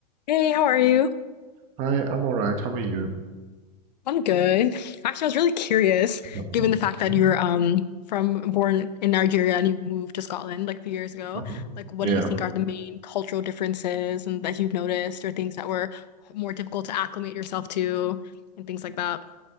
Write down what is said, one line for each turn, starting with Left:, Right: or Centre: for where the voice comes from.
Left: Hey, how are you?
Right: Hi, I'm all right. How are you?
Left: I'm good. Actually, I was really curious,
Right: Lovely.
Left: given the fact that
Right: Mhm.
Left: you're um from born in Nigeria and you moved to Scotland like a few years ago.
Right: Uh-huh.
Left: Like, what
Right: Yeah.
Left: do you think are the main cultural differences and that you've noticed, or things that were more difficult to acclimate yourself to, and things like that?